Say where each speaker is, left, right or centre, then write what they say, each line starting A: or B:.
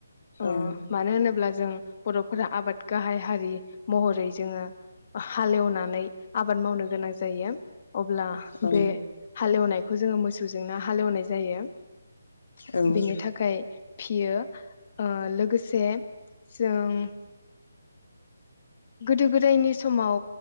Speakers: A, on the left; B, on the left.
A: अ
B: ओं
A: मानो होनोब्ला जों बर'फोरा आबाद गाहाय हारि महरै जोङो हालेवनानै आबाद मावनो गोनां जायो। अब्ला
B: औ
A: बे हालेवनायखौ जोङो मोसौजोंनो हालेवनाय जायो।
B: औ
A: बेनि थाखाय <unintelligible> लोगोसे जों। गोदो गोदायनि समाव